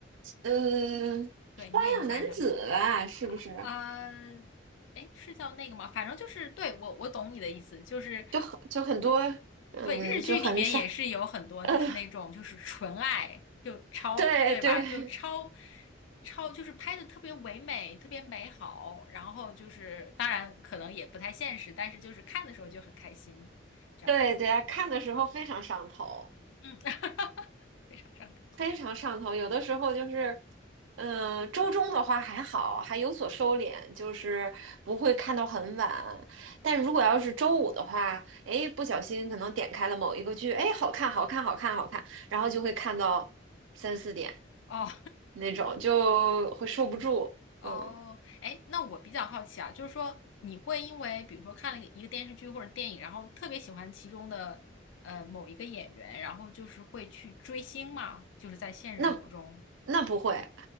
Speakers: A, on the right (about 80°); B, on the left (about 75°).
A: 呃，
B: 对，
A: 花样男子啊是不是？
B: 你也一下想不啊，哎，是叫那个吗？反正就是，对，我我懂你的意思，就是，
A: 就很就很多，嗯，
B: 对，日剧里面也是有很多就是那种就是纯爱，
A: 就很闪，呃，<laughs>
B: 就超，
A: 对对
B: 对吧？就超超就是拍的特别唯美，特别美好，然后就是当然可能也不太现实，但是就是看的时候就很开心，这样，
A: 对对啊，看的时候非常上头，
B: 嗯，<laughs> 非常上头
A: 非常上头。有的时候就是，嗯，周中的话还好，还有所收敛，就是不会看到很晚。但如果要是周五的话，哎，不小心可能点开了某一个剧，哎，好看，好看，好看，好看，然后就会看到三四点
B: 哦。
A: 那种，就会受不住。
B: 哦，
A: 嗯，
B: 哎，那我比较好奇啊，就是说你会因为比如说看了一个电视剧或者电影，然后特别喜欢其中的呃某一个演员，然后就是会去追星吗？就是在现实生活中？
A: 那那不会。